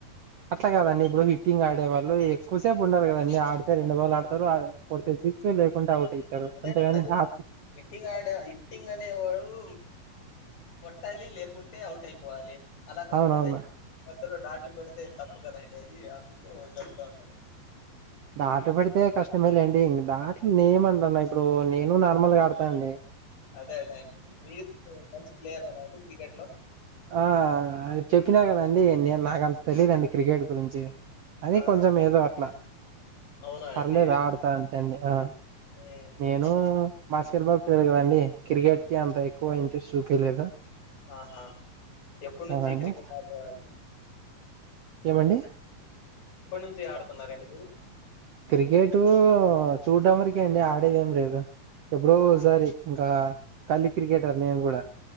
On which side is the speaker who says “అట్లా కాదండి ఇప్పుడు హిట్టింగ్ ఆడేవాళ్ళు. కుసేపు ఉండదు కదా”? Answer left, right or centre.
Right